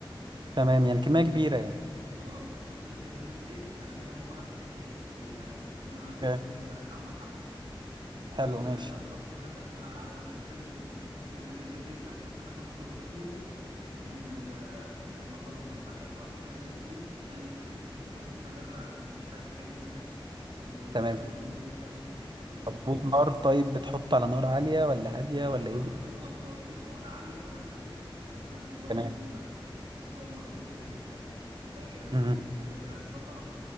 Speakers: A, on the right; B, on the right.
A: تمام يعني كمية كبيرة يعني
B: اه نص لتر زيت الزيت عشان هي المكرونه بتحب الزيت كتير يعني كل ما تحط
A: اوكي.
B: لها زيت بيبقى طعمها احسن ومثلا
A: حلو ماشي
B: بقى تحط مثلا على نص زيت نص لتر زيت ده بتحط مثلا قصاده كيلو من ال- المكرونه بعد كده تقعد تقلب فيه تقلب فيه بصفه مستمره عشان مفيش حاجه تتحرق منك او شويه
A: تمام
B: بيبقوا طيبين وشويه مش طيبين
A: طب نار طيب بتحط على نار عالية ولا هادية
B: لا
A: ولا
B: النار
A: إيه
B: بتبقى متوسطه ولا عاليه ولا هاديه عشان في نفس الوقت
A: تمام
B: إيه، تبقى السوا مظبوط بالنسبه لك بقى كده بتجيب
A: مم.
B: آه، بصله